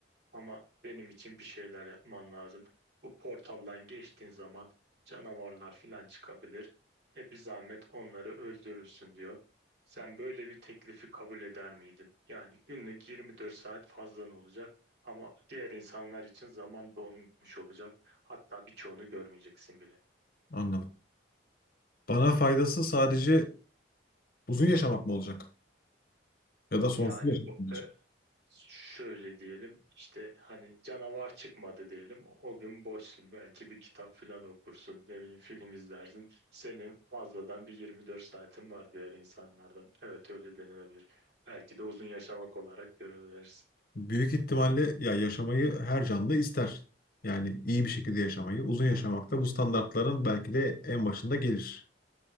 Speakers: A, on the right (about 55°); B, on the left (about 50°).
A: Ama benim için bir şeyler yapman lazım. Bu portaldan geçtiğin zaman canavarlar filan çıkabilir. E bir zahmet onları öldürürsün diyor. Sen böyle bir teklifi kabul eder miydin? Yani günlük 24 saat fazlan olacak ama diğer insanlar için zaman donmuş olacak. Hatta birçoğunu görmeyeceksin bile.
B: Anladım. Bana faydası sadece uzun yaşamak mı olacak? Ya da sonsuz
A: Yani
B: yaşamak
A: bu,
B: mı olacak?
A: e, Şöyle diyelim işte hani canavar çıkmadı diyelim o gün boşsun belki bir kitap falan okursun ne bileyim film izlersin senin fazladan bir 24 saatin var diğer insanlardan evet öyle denilebilir belki de uzun yaşamak olarak görebilirsin
B: Büyük ihtimalle ya yaşamayı her canlı ister. Yani iyi bir şekilde yaşamayı, uzun yaşamak da bu standartların belki de en başında gelir.